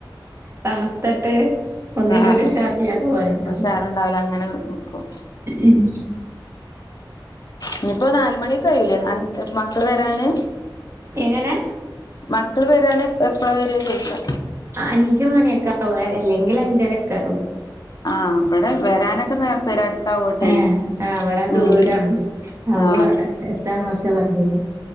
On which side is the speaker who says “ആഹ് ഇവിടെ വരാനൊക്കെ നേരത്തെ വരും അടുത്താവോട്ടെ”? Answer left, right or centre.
Left